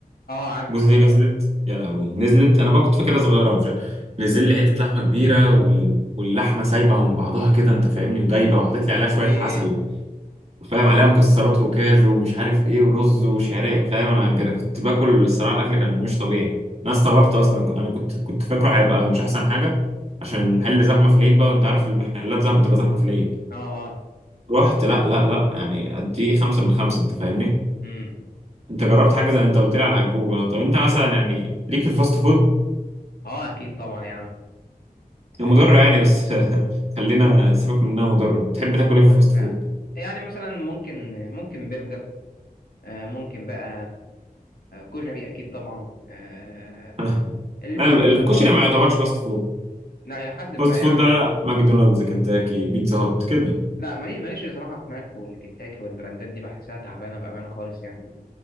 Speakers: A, on the left (about 75°); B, on the right (about 40°).
A: اه عارف
B: موزه
A: الموزة
B: دي نزلت يا لهوي نزلت انا بقى كنت فاكرها صغيره مش عارف. نزل لي حته لحمه كبيره وال... واللحمه سايبه من بعضها كده انت فاهمني ودايبه وحطيت
A: لهوي
B: لي عليها شويه عسل فاهم عليها مكسرات وكاجو ومش عارف ايه ورز وشعريه فاهم انا أنا كنت باكل الصراحه الاكل كان مش طبيعي انا
A: يا
B: استغربت
A: نهار ابيض
B: اصلا انا كنت كنت فاكره هيبقى مش احسن حاجه عشان المحل زحمه في العيد بقى وانت عارف المحلات زحمه بتبقى زحمه في العيد
A: اه اه
B: رحت لا لا لا يعني قد خمسه من خمسه انت فاهمني
A: امم
B: انت جربت حاجه زي انت قلت لي على هجوجه طب انت مثلا يعني ليك في الفاست فود
A: اه اكيد طبعا يا عم آه،
B: هي مضره يعني بس <laughs> خلينا سيبك من انها مضره بتحب
A: رمضان
B: تاكل ايه في الفاست فود
A: فعلا يعني مثلا ممكن ممكن برجر آه، ممكن بقى كشري اكيد طبعا آه،
B: <laughs>
A: البيتزا
B: لا الكشري
A: برضه
B: ما يعتبرش فاست فود
A: لا الى حد ما
B: فاست فود
A: يعني
B: ده ماكدونالدز كنتاكي بيتزا هات كده
A: لا مالي- ماليش صراحه في ماك والكنتاكي والبراندات دي بحسها تعبانه بامانه خالص يعني